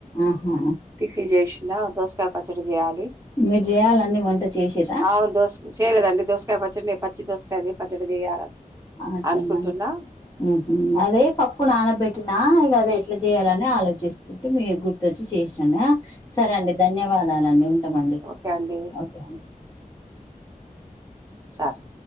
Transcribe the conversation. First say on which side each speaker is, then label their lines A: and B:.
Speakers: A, on the left; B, on the right.
A: ఆహా
B: టిఫీ చేసినా దోసకాయ పచ్చడి చేయాలి
A: మీరు చేయాలండి వంట చేసిరా
B: అవును దోస చేయలేదండి దోసకాయ పచ్చడి పచ్చి దోసకాయది పచ్చడి చేయాల
A: అట్టన
B: అనుకుంటున్నా
A: హ్మ్ హు అదే పప్పు నాన బెట్టిన ఇక అదే ఎట్ల చేయాలని ఆలోచిస్తుంటే మీరు గుర్తుచ్చి చేసాను సరే అండి ధన్యవాదాలండి ఉంటామండి
B: ఓకే అండి
A: ఓకేండి
B: సార్